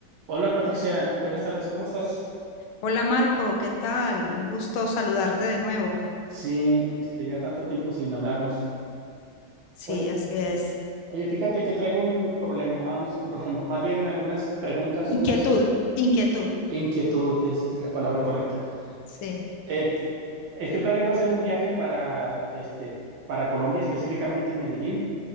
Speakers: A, on the right; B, on the left.
A: Hola Patricia, buenas tardes, ¿cómo estás?
B: Hola Marco, ¿qué tal? Un gusto saludarte de nuevo.
A: Sí, este, ya tanto tiempo sin hablarnos.
B: Sí,
A: Oye,
B: así es.
A: oye, fíjate que traigo un problema, no, no es un problema, más bien algunas preguntas,
B: Inquietud,
A: dudas
B: inquietud.
A: e inquietudes, esa es la palabra correcta.
B: Sí,
A: Eh, estoy planeando hacer un viaje para, este, para Colombia, específicamente Medellín.